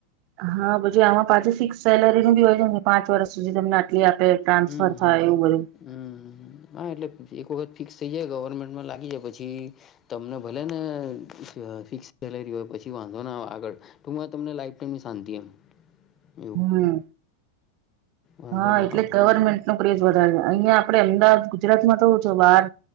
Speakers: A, on the right (about 45°); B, on the left (about 25°).
A: હા પછી આમાં પાછું ફિક્સ સેલેરી નું બી હોય છે, ને પાંચ વર્ષ સુધી તમને આટલી આપે ટ્રાન્સફર
B: હમ-હમ
A: થાય એવું બધું
B: હ-હા એટલે એક વખત ફિક્સ થઈ જાય ગવર્મેન્ટમાં લાગી જાય પછી તમને ભલે ને ફિક્સ કરેલી હોય પછી વાંધો ના આવે આગળ તો તમને લાઈફ ટાઈમની શાંતિ એમ એવું
A: હમ
B: વાંધો
A: હા
B: ના
A: એટલે
B: આવે
A: ગવર્મેન્ટ નો ક્રેજ વધારે અહિયાં આપડણે અમદાવાદ ગુજરાતમાં તો છો બાર